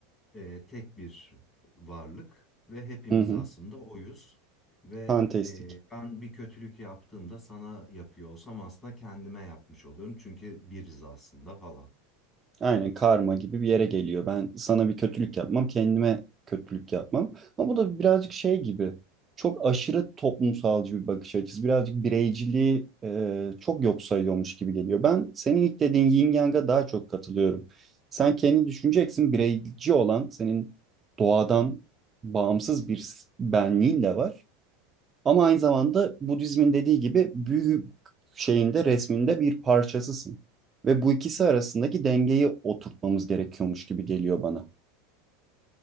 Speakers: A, on the left; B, on the right.
A: e, tek bir varlık ve hepimiz
B: Hı hı.
A: aslında oyuz. Ve
B: Fantastik.
A: e, ben bir kötülük yaptığımda sana yapıyor olsam aslında kendime yapmış oluyorum. Çünkü biriz aslında falan.
B: Aynen karma gibi bir yere geliyor. Ben sana bir kötülük yapmam, kendime kötülük yapmam. Ama bu da birazcık şey gibi. Çok aşırı toplumsalcı bir bakış açısı. Birazcık bireyciliği e, çok yok sayıyormuş gibi geliyor. Ben senin ilk dediğin yin yang'a daha çok katılıyorum. Sen kendi düşüneceksin bireyci olan senin doğadan bağımsız bir benliğin de var. Ama aynı zamanda Budizmin dediği gibi büyü şeyinde resminde bir parçasısın. Ve bu ikisi arasındaki dengeyi oturtmamız gerekiyormuş gibi geliyor bana.